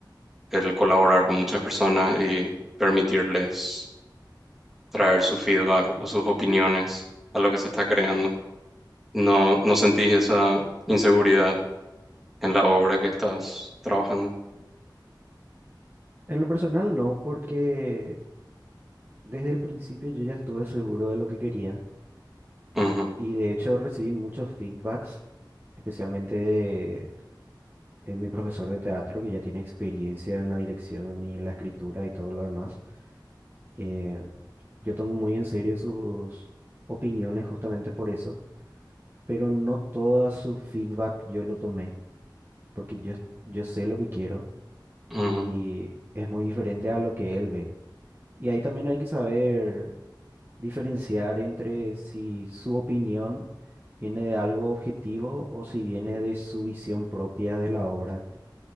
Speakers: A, in the centre; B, on the right (about 30°).
A: el colaborar con muchas personas y permitirles traer su feedback o sus opiniones a lo que se está creando. No, no sentís esa inseguridad en la obra que estás trabajando.
B: En lo personal no, porque desde el principio yo ya estuve seguro de lo que quería
A: Ujú,
B: y de hecho recibí muchos feedbacks, especialmente de, eh, mi profesor de teatro que ya tiene experiencia en la dirección y la escritura y todo lo demás. Eh, yo tomo muy en serio sus opiniones justamente por eso, pero no todo su feedback yo lo tomé, porque yo, yo sé lo que quiero
A: ujú,
B: y es muy diferente a lo que él ve. Y ahí también hay que saber diferenciar entre si su opinión viene de algo objetivo o si viene de su visión propia de la obra.